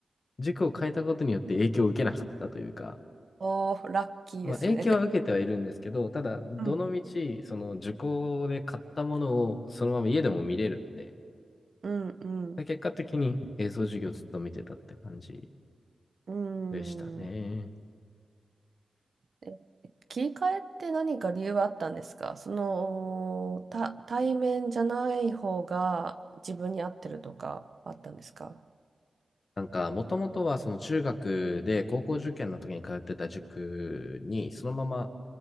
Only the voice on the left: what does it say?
塾を変えたことによって影響を受けなかったというか、
まあ、影響は受けてはいるんですけど、ただ、どの道その受講で買ったものをそのまま家でも見れるんで、
結果的に映像授業ずっと見てたって感じ
でしたね。
なんか、もともとはその中学で高校受験の時に通ってた塾に、そのまま